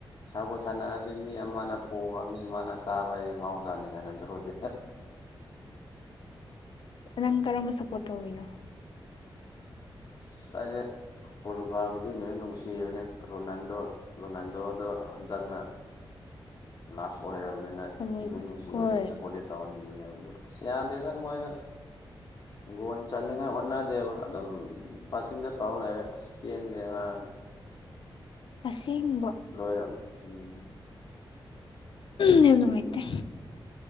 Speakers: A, on the left (about 45°); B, on the left (about 65°).
A: ꯁꯥꯕꯨ ꯁꯥꯟꯅꯔꯗꯤ ꯃꯤ ꯑꯃꯅ ꯄꯣꯕ ꯃꯤ ꯑꯃꯅ ꯀꯥꯕ ꯑꯩ ꯃꯍꯥꯎꯁꯥꯅꯤ ꯀꯥꯏꯅ ꯑꯗꯨ ꯗꯤ
B: ꯅꯪ ꯀꯔꯝꯕ ꯁꯄꯣꯔꯠ ꯇꯧꯋꯤꯅꯣ
A: ꯑꯁ ꯑꯩꯁꯦ ꯄꯣꯔꯇꯨꯒꯥꯜꯕꯨꯗꯤ ꯂꯣꯏ ꯅꯨꯡꯁꯤꯔꯕꯅꯦ ꯔꯣꯅꯥꯜꯗꯣ ꯔꯣꯅꯥꯜꯗꯣꯗꯣ ꯑ ꯆꯪꯅ ꯂꯥꯁ ꯑꯣꯏꯔꯕꯅꯤꯅ
B: ꯑꯔꯣꯏꯕ
A: ꯃꯤ ꯅꯨꯡꯁꯤꯕꯅꯤꯅ
B: ꯍꯣꯏ
A: ꯁꯞꯄꯣꯔꯗꯦꯠ ꯇꯧꯍꯟ ꯁꯤ ꯌꯥꯗꯦꯗ ꯃꯣꯏꯅ ꯒꯣꯣꯟ ꯆꯥꯅꯤꯡꯉꯥꯏ ꯍꯣꯠꯅꯗꯦꯕ ꯑꯗꯨꯝ ꯄꯁꯤꯡꯗ ꯇꯧ ꯂꯩꯔꯦ ꯑꯁ ꯄꯦꯟꯗꯦ ꯉ ꯎ
B: ꯑꯁ ꯑꯁꯦꯡꯕ
A: ꯂꯣꯏꯔꯅꯤ ꯎꯝ
B: ꯅꯨꯡꯉꯥꯏꯇ